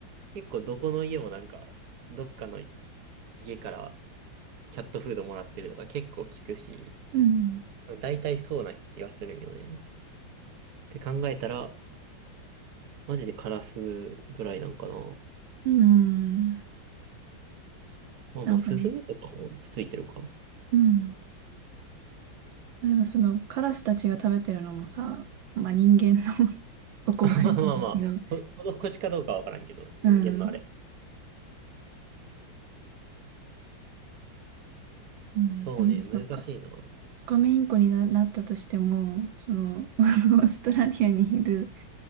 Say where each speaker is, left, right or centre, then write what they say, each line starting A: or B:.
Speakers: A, on the right; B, on the right.
A: 結構どこの家もなんか、どっかの家からキャットフードもらってるのが結構効くし、
B: うん。
A: 大体そうな気がするんよね。って考えたら、マジでカラスぐらいなんかな。
B: うん。
A: まあまあ、
B: なんかね、
A: スズメとかもつついてるか。
B: うん。まあでもそのカラスたちが食べてるのもさ、まあ人間の <laughs> お困りじゃないけど、
A: <laughs> まあまあまあ、ほ、施しかどうかわからんけど、人間のあれ。
B: うん。うん。
A: そうね、
B: でもそっか。
A: 難しいな。<laughs>
B: オカメインコにな、なったとしても、その、<laughs> オーストラリアにいる